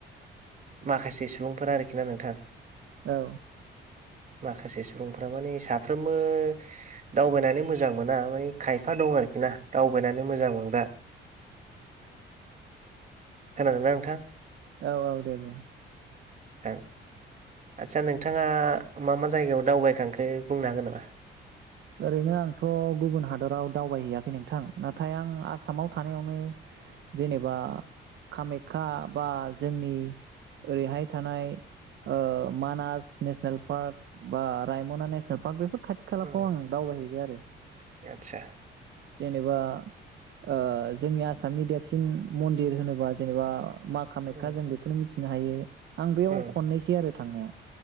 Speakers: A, on the right; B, on the right.
A: माखासे सुबुंफोरा आरोखि ना नोंथां?
B: औ।
A: माखासे सुबुंफ्रा माने साफ्रोमबो दावबायनानै मोजां मोना मान खायफा दं आरोखि ना दावबायनानै मोजां मोनो दा खोनादोंना नोंथां?
B: औ औ दे बुं।
A: थां आस्सा नोंथाङा मा मा जायगायाव दावबायखांखो बुंनो हागोन नामा?
B: ओरैनो आंथ' गुबुन हादराव दावबायहैयाखै नोंथां नाथाय आं आसामाव थानायावनो जेनेबा कामाख्या बा जोंनि ओरैहाय थानाय ओ मानास नेसनेल पार्क बा रायमना नेसनेल पार्क बेफोर खाथि खा। खौ आं
A: उम
B: दावबायहैबाय आरो।
A: आतसा
B: जेनेबा ओ जोंनि आसामनि देरसिन मन्दिर होनोबा जेनेबा मा खामेखा
A: उम
B: जों बेखौनो मिथिनो हायो आं बेयाव
A: उम
B: खननैसै आरो थांनाया।